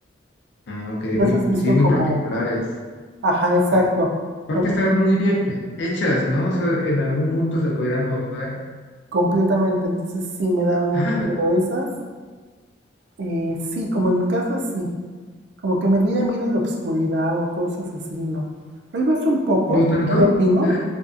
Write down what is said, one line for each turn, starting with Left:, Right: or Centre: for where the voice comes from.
Left: Ah, ok,
Right: ¿No
Left: muy,
Right: has visto
Left: sí, muy
Right: como,
Left: particulares.
Right: ajá, exacto.
Left: Ah, Aparte
Right: con
Left: están muy bien hechas, ¿no? O sea, en algún punto se podrían mover.
Right: Completamente, entonces sí me daban mucho
Left: <laughs> Ajá,
Right: miedo esas. Eh, sí, como en mi casa sí, como que me diera miedo la obscuridad o cosas así, no. Tal vez un poco,
Left: ¿No tanto?
Right: de niño,
Left: Ok,